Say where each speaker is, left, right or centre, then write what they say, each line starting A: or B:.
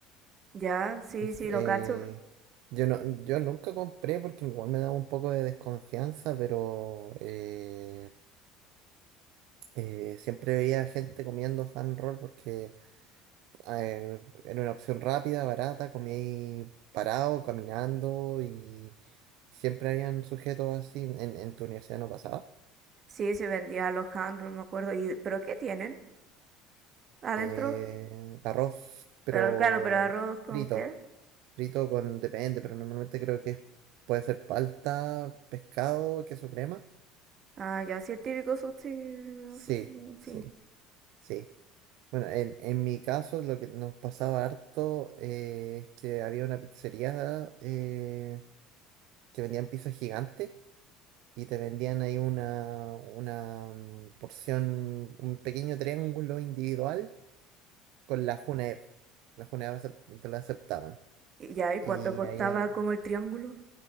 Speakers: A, on the right (about 40°); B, on the right (about 60°).
A: Ya, sí,
B: Es,
A: sí,
B: eh,
A: lo cacho.
B: yo, no, yo nunca compré porque igual me daba un poco de desconfianza, pero eh, eh, siempre veía gente comiendo hand roll porque eh, era una opción rápida, barata, comía ahí parado, caminando y, y siempre habían sujetos así. ¿En, en tu universidad no pasaba?
A: Sí, se vendía los handros, me acuerdo. ¿Y, pero qué tienen? ¿Adentro?
B: Eh, arroz, pero
A: Pero claro, pero arroz con
B: frito.
A: qué?
B: Frito con, depende, pero normalmente creo que es- puede ser palta, pescado, queso crema.
A: Ah, ya, sí, el típico sushi,
B: Sí,
A: así como,
B: sí,
A: sí.
B: sí. Bueno, en, en mi caso lo que nos pasaba harto eh, es que había una pizzería eh, que vendían pizza gigante y te vendían ahí una, una mm, porción, un pequeño triángulo individual con la Junaev. La Junaev acep- te la aceptaban.
A: Y ya, ¿y cuánto
B: Y
A: costaba
B: ahí, eh,
A: como el triángulo?